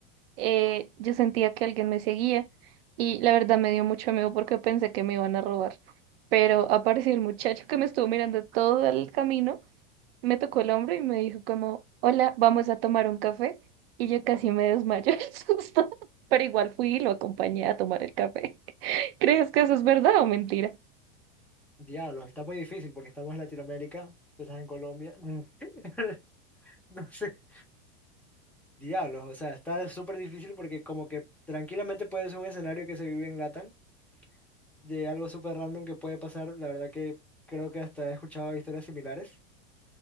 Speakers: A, on the right; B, in the centre.
A: eh, yo sentía que alguien me seguía y la verdad me dio mucho miedo porque pensé que me iban a robar. Pero apareció el muchacho que me estuvo mirando todo el camino, me tocó el hombro y me dijo como, hola, vamos a tomar un café. Y yo casi me desmayo <laughs> el susto, pero igual fui y lo acompañé a tomar el café. <laughs> ¿Crees que eso es verdad o mentira?
B: Diablos, está muy difícil porque estamos en Latinoamérica, tú estás en Colombia. <laughs> No sé. Diablos, o sea, está súper difícil porque como que tranquilamente puede ser un escenario que se vive en Latam, de algo súper random que puede pasar, la verdad que creo que hasta he escuchado historias similares.